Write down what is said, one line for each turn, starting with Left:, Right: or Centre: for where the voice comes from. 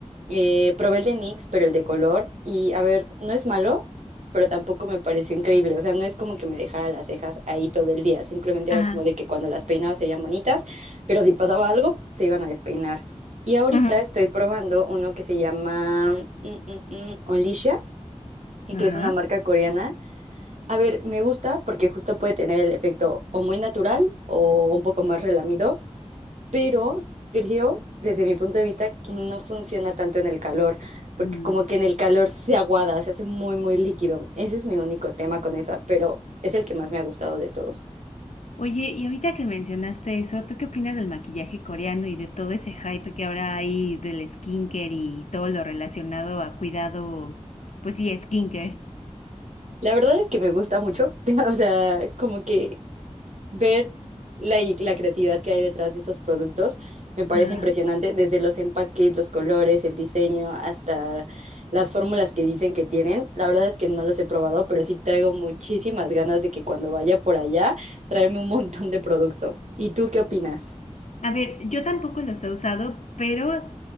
Right: Eh, probé el de NYX, pero el de color. Y a ver, no es malo, pero tampoco me pareció increíble. O sea, no es como que me dejara las cejas ahí todo el día. Simplemente
Left: Ajá.
Right: era como de que cuando las peinaba se veían bonitas, pero si pasaba algo, se iban a despeinar. Y ahorita
Left: Ajá.
Right: estoy probando uno que se llama mm, mm, mm, Olicia, y
Left: Ajá.
Right: que es una marca coreana. A ver, me gusta porque justo puede tener el efecto o muy natural o un poco más relamido pero creo, desde mi punto de vista, que no funciona tanto en el calor, porque
Left: Mm.
Right: como que en el calor se aguada, se hace muy, muy líquido. Ese es mi único tema con esa, pero es el que más me ha gustado de todos.
Left: Oye, y ahorita que mencionaste eso, ¿tú qué opinas del maquillaje coreano y de todo ese hype que ahora hay del skincare y todo lo relacionado a cuidado, pues sí, skincare?
Right: La verdad es que me gusta mucho, <laughs> o sea, como que ver la, i- la creatividad que hay detrás de esos productos me parece
Left: Ajá.
Right: impresionante, desde los empaques, los colores, el diseño, hasta las fórmulas que dicen que tienen. La verdad es que no los he probado, pero sí traigo muchísimas ganas de que cuando vaya por allá, traerme un montón de producto. ¿Y tú qué opinas?
Left: A ver, yo tampoco los he usado, pero